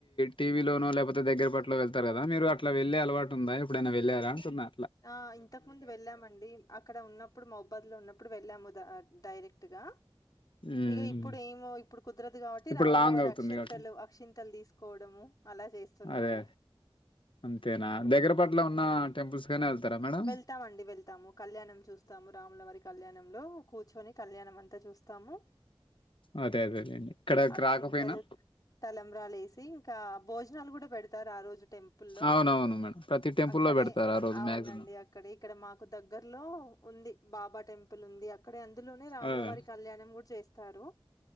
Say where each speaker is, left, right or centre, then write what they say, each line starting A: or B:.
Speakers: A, on the left; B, on the left.
A: టీవీలోనొ లేకపోతే దగ్గర పట్లో వెళ్తారు కదా మీరు అట్లా వెళ్లే అలవాటు ఉందా ఎప్పుడైనా వెళ్ళారా అంటున్న
B: ఆ ఇంతకు ముందు వెళ్ళామండి అక్కడ ఉన్నప్పుడు మొబాద్ లో ఉన్నప్పుడు వెళ్ళాము ద డైరెక్ట్గా
A: హ్మ్.
B: ఇక ఇప్పుడు ఏమో ఇప్పుడు కుదరదు కాబట్టి
A: ఇప్పుడు
B: రాముల
A: లాంగ్
B: వారి
A: అవుతుంది
B: అక్షింతలు
A: కాబట్టి.
B: అక్షింతలు తీసుకోవడము అలా చేస్తున్నాము
A: అదే. అంతేనా దగ్గర పట్ల ఉన్న టెంపుల్స్ కనే వెళ్తారా మేడం
B: వెళ్తామండి వెళ్తాము కళ్యాణం చూస్తాము రాములవారి కళ్యాణంలో కూర్చొని కళ్యాణం అంతా చూస్తాము
A: అదే అదేలేండి ఇక్కడకి
B: అక్షింతలు
A: రాకపోయినా
B: తలంబ్రాలు వేసి ఇంకా భోజ్ జనాలు కూడా పెడతారు ఆ రోజు టెంపుల్ లో
A: అవునవును మేడం ప్రతి టెంపుల్లో
B: అక్కడే
A: పెడతారు ఆ రోజు
B: అవును
A: మ్యాక్సిమం
B: నండి అక్కడ ఇక్కడ మాకు దగ్గర్లో ఉంది బాబా టెంపుల్ ఉంది అక్క అే అందులోనే రాముల
A: అదే
B: వారి కళ్యాణం కూడా చేస్తారు